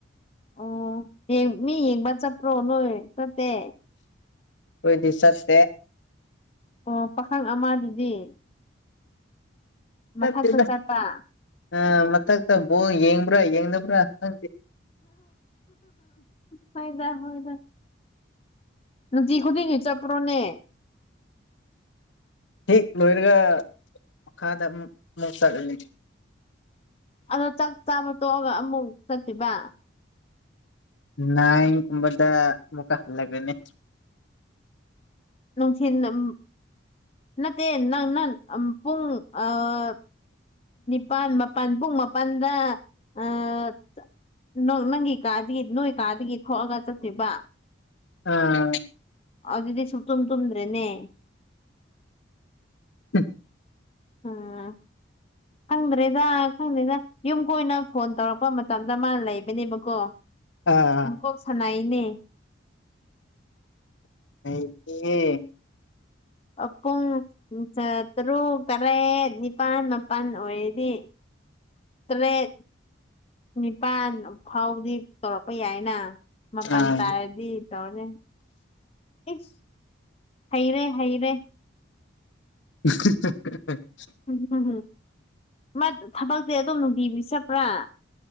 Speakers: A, on the left; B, on the left.
A: ꯑꯣ ꯃꯤ ꯌꯦꯡꯕ ꯆꯠꯄꯔꯣ ꯅꯣꯏ ꯆꯠꯇꯦ
B: ꯈꯣꯏꯗꯤ ꯆꯠꯇꯦ
A: ꯑꯣ ꯄꯥꯈꯪ ꯑꯃꯗꯨꯗꯤ
B: ꯆꯠꯇꯦꯗ
A: ꯃꯊꯛꯇ ꯆꯠꯄ
B: ꯑ ꯃꯊꯛ ꯇ ꯕꯣꯜ ꯌꯦꯡꯕ꯭ꯔꯥ ꯌꯦꯡꯗꯕ꯭ꯔꯥ ꯈꯪꯗꯤ
A: ꯐꯩꯗ ꯍꯣꯏꯗ ꯅꯨꯡꯇꯤ ꯈꯨꯗꯤꯡꯒꯤ ꯆꯄ꯭ꯔꯣꯅꯦ
B: ꯍꯦꯛ ꯂꯣꯏꯔꯒ ꯃꯈꯥꯗ ꯑꯃꯨꯛ ꯑꯃꯨꯛ ꯆꯠꯂꯅꯤ
A: ꯑꯗꯣ ꯆꯥꯛ ꯆꯥꯕ ꯇꯣꯛꯑꯒ ꯑꯃꯨꯛ ꯆꯠꯇꯕ
B: ꯅꯥꯏꯟ ꯒꯨꯝꯕꯗ ꯃꯨꯛꯀ ꯍꯠꯂꯛꯒꯦꯅꯦ
A: ꯅꯨꯡꯊꯤꯟ ꯑꯝ ꯅꯠꯇꯦ ꯅꯪ ꯅꯪ ꯑꯝ ꯄꯨꯡ ꯑꯥ ꯄꯥꯥꯟ ꯃꯥꯄꯟ ꯄꯨꯡ ꯃꯥꯄꯟꯗ ꯑꯥ ꯅꯣ ꯅꯪꯒꯤ ꯀꯥꯗꯤ ꯅꯣꯏ ꯀꯥꯗꯒꯤ ꯊꯣꯛꯑꯒ ꯆꯠꯇꯣꯏꯕ
B: ꯑꯥ
A: ꯑꯗꯨꯗꯤ ꯁꯨꯛꯇꯨꯝ ꯇꯨꯝꯗ꯭ꯔꯦꯅꯦ
B: ꯍꯝ
A: ꯑꯣ ꯈꯪꯗ꯭ꯔꯦꯗ ꯈꯪꯗ꯭ꯔꯦꯗ ꯌꯨꯝ ꯀꯣꯏꯅ ꯐꯣꯟ ꯇꯧꯔꯛꯄ ꯃꯇꯝꯗ ꯃꯥ ꯂꯩꯕꯅꯦꯕꯀꯣ
B: ꯑꯥ
A: ꯃꯀꯣꯛ ꯁꯥꯟꯅꯩꯅꯦ
B: ꯂꯩꯇꯤꯌꯦ
A: ꯑꯥ ꯄꯨꯡ ꯇꯔꯨꯛ ꯇꯔꯦꯠ ꯅꯤꯄꯥꯟ ꯃꯥꯄꯟ ꯑꯣꯏꯔꯗꯤ ꯇꯔꯦꯠ ꯅꯤꯄꯥꯟ ꯐꯥꯎꯕꯗꯤ ꯇꯧꯔꯛꯄ ꯌꯥꯏꯅ ꯃꯄꯥꯟ
B: ꯑꯥ
A: ꯇꯥꯔꯗꯤ ꯇꯧꯔꯦ ꯏꯁ ꯍꯩꯔꯦ ꯍꯩꯔꯦ
B: <unintelligible>
A: ꯎꯝ ꯍꯝ ꯍꯝ ꯃꯥ ꯊꯕꯛꯇꯤ ꯑꯗꯨꯝ ꯅꯨꯡꯇꯤꯒꯤ ꯆꯠꯄ꯭ꯔꯥ